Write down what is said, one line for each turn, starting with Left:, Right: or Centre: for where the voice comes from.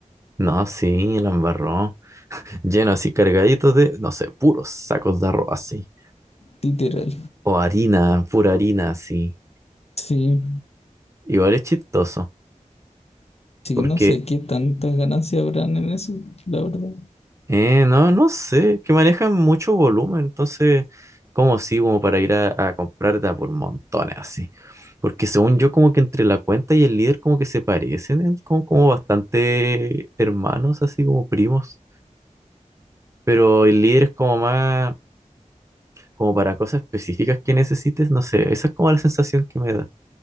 Right: No, sí, la embarró. Lleno así, cargadito de, no sé, puros sacos de arroz así.
Left: literal.
Right: O harina, pura harina así.
Left: Sí.
Right: Igual es chistoso,
Left: Sí,
Right: porque,
Left: no sé qué tantas ganancias habrán en eso, la verdad.
Right: eh, no, no sé, que manejan mucho volumen, entonces, como sí, como para ir a, a comprar de a por montones así. Porque según yo, como que entre la cuenta y el líder como que se parecen, eh, como, como bastante hermanos, así como primos. Pero el líder es como más como para cosas específicas que necesites, no sé, esa es como la sensación que me da.